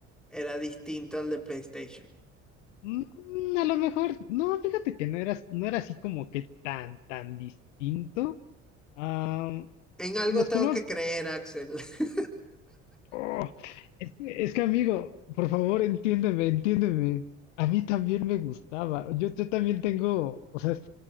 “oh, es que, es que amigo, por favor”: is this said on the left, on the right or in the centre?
Left